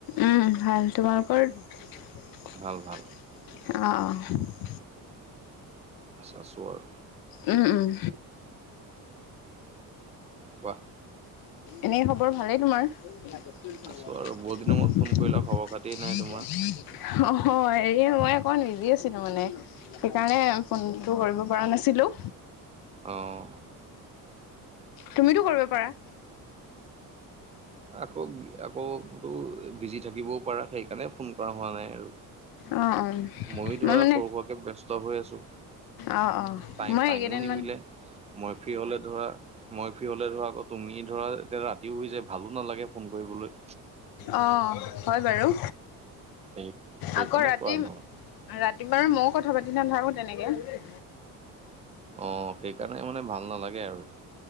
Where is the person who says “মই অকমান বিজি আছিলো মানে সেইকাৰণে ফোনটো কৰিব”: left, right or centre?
Left